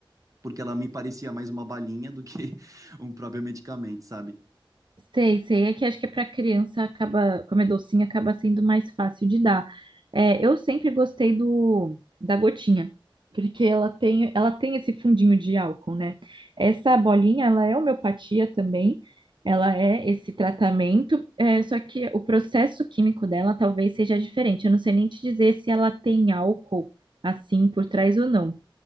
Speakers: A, on the right; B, on the right.
A: porque ela me parecia mais uma balinha do que <laughs> um próprio medicamento, sabe?
B: Sei, sei. É que acho que para criança acaba, como é docinho, acaba sendo mais fácil de dar. É, eu sempre gostei do da gotinha, porque ela tem, ela tem esse fundinho de álcool, né? Essa bolinha, ela é homeopatia também. Ela é esse tratamento, é, só que o processo químico dela talvez seja diferente. Eu não sei nem te dizer se ela tem álcool assim por trás ou não.